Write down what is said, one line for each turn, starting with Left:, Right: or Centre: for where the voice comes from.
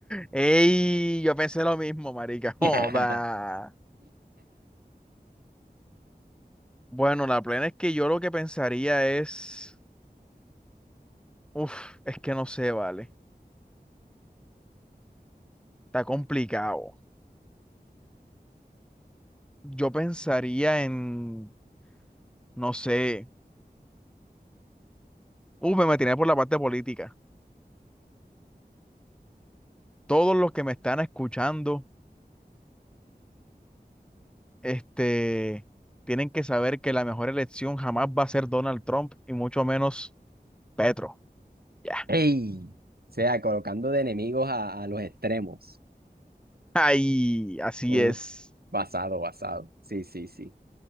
Centre: Ey, yo pensé lo mismo, marica. <laughs> Joda.
Right: <laughs>
Centre: Bueno, la plena es que yo lo que pensaría es. Uf, es que no sé, vale. Está complicado. Yo pensaría en. no sé, uh, me metí por la parte política. Todos los que me están escuchando, este, tienen que saber que la mejor elección jamás va a ser Donald Trump y mucho menos Petro. Ya.
Right: Ey, o sea, colocando de enemigos a, a los extremos.
Centre: Ay, así
Right: Uf,
Centre: es.
Right: basado, basado. Sí, sí, sí,